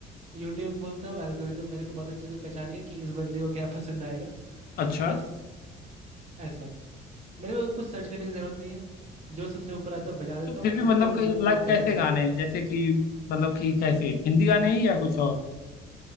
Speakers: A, on the right; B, on the left.
A: यूट्यूब खोलता हूँ एल्गोरिदम मेरे को बहुत अच्छे से पहचानेगा कि इस बंदे को क्या पसंद आएगा
B: अच्छा
A: बस ऐसा मेरे को कुछ सर्च करने की ज़रूरत नहीं है जो सबसे ऊपर आता है बजा देता
B: तो
A: हूँ
B: फिर भी मतलब
A: और फिर वो
B: लाइक
A: चलते
B: कैसे
A: रहता
B: गाने
A: है
B: हैं? जैसे कि मतलब कि कैसे हिंदी गाने ही या कुछ और